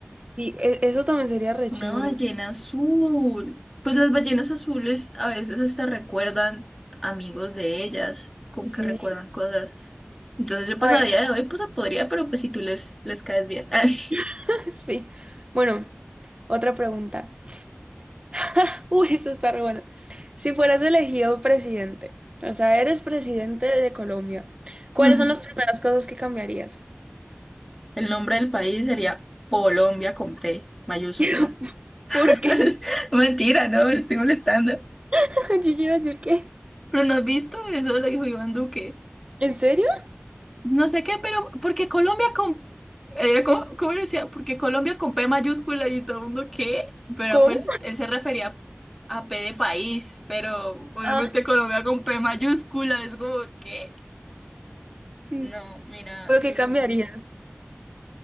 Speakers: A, on the right; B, in the centre.
A: Sí, e- eso también sería re
B: Una
A: chévere.
B: ballena azul. Pues las ballenas azules a veces hasta recuerdan amigos de ellas, como
A: Sí.
B: que recuerdan cosas. Entonces yo pues
A: Ay.
B: a día de hoy pues podría, pero pues si tú les, les caes bien. <laughs>
A: <laughs> Sí. Bueno, otra pregunta. <laughs> Uy, esto está re bueno. Si fueras elegido presidente, o sea, eres presidente de Colombia, ¿cuáles
B: Mm.
A: son las primeras cosas que cambiarías?
B: El nombre del país sería Colombia con P mayúscula.
A: <laughs>
B: <laughs>
A: ¿Por qué?
B: Mentira, no, me estoy molestando.
A: <laughs> Yo iba a decir que.
B: Pero no has visto, eso lo dijo Iván Duque.
A: ¿En serio?
B: No sé qué, pero porque Colombia con... eh, ¿cómo, cómo decía? Porque Colombia con P mayúscula y todo el mundo qué, pero
A: ¿Cómo?
B: pues él se refería a P de país, pero obviamente
A: Ah,
B: Colombia con P mayúscula es como qué.
A: mm,
B: No, mira,
A: ¿pero
B: eh...
A: qué cambiarías?